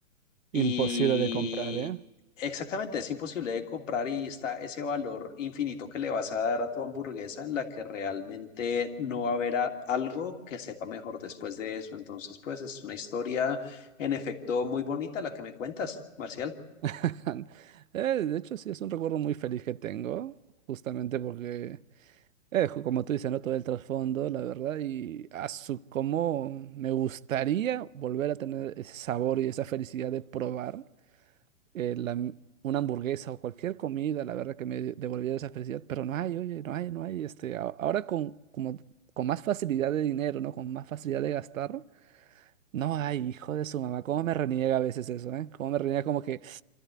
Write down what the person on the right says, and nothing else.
Imposible de comprar, ¿eh?
<laughs> Eh, De hecho, sí, es un recuerdo muy feliz que tengo, justamente porque, eh, ju- como tú dices, ¿no? Todo el trasfondo, la verdad, y a su cómo me gustaría volver a tener ese sabor y esa felicidad de probar eh, la m- una hamburguesa o cualquier comida, la verdad, que me devolviera esa felicidad, pero no hay, oye, no hay, no hay, este, a- ahora con, como, con más facilidad de dinero, ¿no? Con más facilidad de gastar. No, ay, hijo de su mamá, cómo me reniega a veces eso, ¿eh? Cómo me reniega como que,